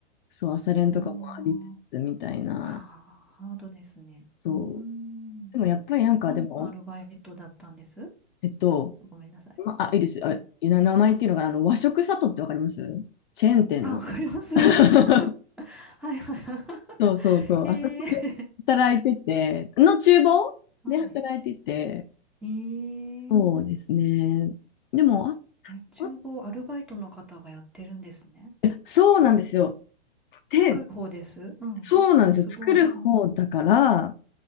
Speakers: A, on the left; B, in the centre.
A: う、そう、朝練とかもありつつみたいな、
B: うん。ああ。ああ、ハードですね。
A: そう。
B: うーん。
A: でもやっぱりなんかでも、
B: 何のアルバイトだったんです
A: えっと、
B: ごめんなさい。
A: ま、あ、あいいです。あ、
B: うん。
A: 名前っていうのがあの和食里ってわかりますチェーン店の。
B: あ、わかります。
A: <laughs>
B: <laughs> はいは
A: そうそうそう。
B: い。
A: あそこで働いてて、
B: <laughs> ええ
A: の厨房で、
B: はい。
A: 働いてて、
B: ええ
A: そうですね。でも、あ、
B: え、厨房アルバイトの方がやってるんですね。
A: あ、そうなんですよ。で、
B: 作る方です。うん。
A: そうなんですよ。
B: すごい。
A: 作る方だから、
B: うん。